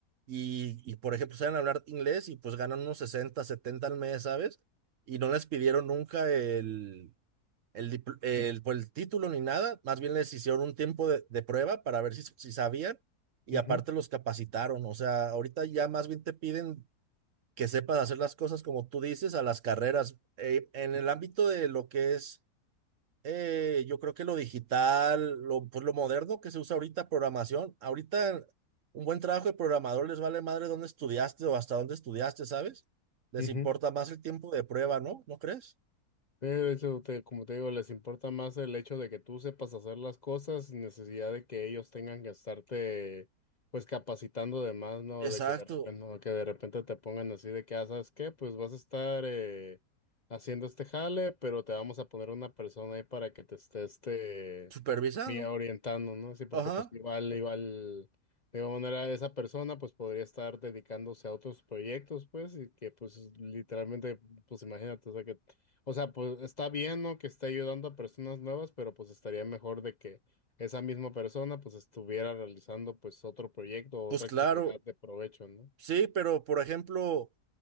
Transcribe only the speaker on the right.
y, y, por ejemplo saben hablar inglés y pues ganan unos 60 70 al mes, ¿sabes? Y no les pidieron nunca el, el, dipl- el, pues, el título ni nada, más bien les hicieron un tiempo de, de prueba para ver si, si sabían y
aparte los capacitaron, o sea, ahorita ya más bien te piden... que sepas hacer las cosas como tú dices a las carreras. Eh, en el ámbito de lo que es eh, yo creo que lo digital, lo, pues lo moderno que se usa ahorita, programación, ahorita un buen trabajo de programador les vale madre dónde estudiaste o hasta dónde estudiaste, ¿sabes? Les
importa más el tiempo de prueba, ¿no? ¿No crees?
Exacto,
supervisando.
Ajá,
pues
claro,
sí, pero por ejemplo,